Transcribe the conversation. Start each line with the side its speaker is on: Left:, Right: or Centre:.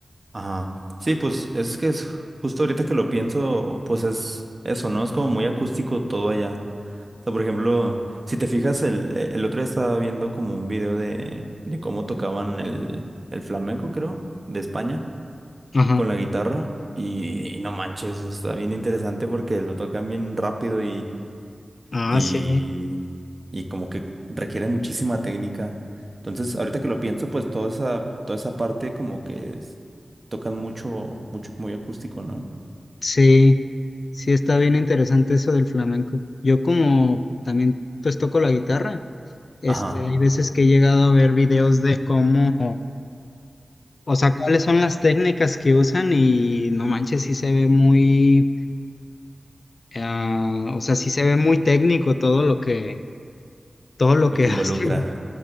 Right: Ajá. Sí, pues es que es justo ahorita que lo pienso, pues es eso, ¿no? Es como muy acústico todo allá. O sea, por ejemplo, si te fijas, el, e, el otro día estaba viendo como un video de, de cómo tocaban el, el flamenco, creo, de España,
Left: Ajá.
Right: con la guitarra. Y, y no manches, está bien interesante porque lo tocan bien rápido
Left: Ah,
Right: y,
Left: sí,
Right: y como que requiere muchísima técnica. Entonces, ahorita que lo pienso, pues toda esa, toda esa parte como que es- tocan mucho, mucho, muy acústico, ¿no?
Left: sí, sí está bien interesante eso del flamenco. Yo como también pues toco la guitarra, Este,
Right: Ajá,
Left: hay veces que he llegado a ver videos de cómo, o sea, cuáles son las técnicas que usan y no manches, sí se ve muy, ah, o sea, sí se ve muy técnico todo lo que, todo lo
Right: lo
Left: que
Right: que
Left: <laughs> hacen.
Right: involucra.